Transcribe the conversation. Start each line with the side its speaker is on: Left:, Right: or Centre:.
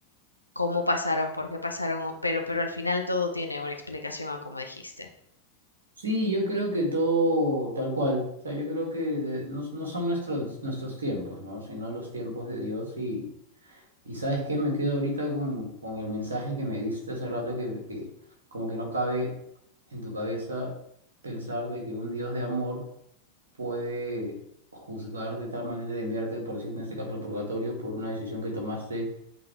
Left: cómo pasaron, por qué pasaron, pero, pero al final todo tiene una explicación a como dijiste.
Right: Sí, yo creo que todo tal cual. O sea, yo creo que de- no, no son nuestros, nuestros tiempos, ¿no? Sino los tiempos de Dios. Y, y ¿sabes qué? Me quedo ahorita con, con el mensaje que me diste hace rato que, que como que no cabe en tu cabeza pensar de que un Dios de amor puede juzgar de tal manera de enviarte, por decir en este caso, al purgatorio por una decisión que tomaste